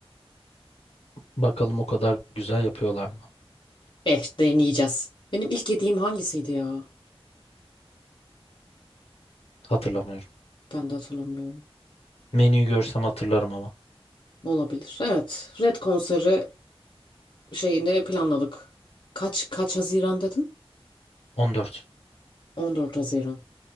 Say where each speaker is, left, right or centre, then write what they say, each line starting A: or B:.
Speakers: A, on the left (about 75°); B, on the left (about 50°).
A: Bakalım o kadar güzel yapıyorlar mı?
B: Eh deneyeceğiz. Benim ilk yediğim hangisiydi ya?
A: Hatırlamıyorum.
B: Ben de hatırlamıyorum.
A: Menüyü görsem hatırlarım ama.
B: Olabilir. Evet. Red konseri şeyini planladık. Kaç kaç Haziran dedin?
A: 14.
B: 14 Haziran.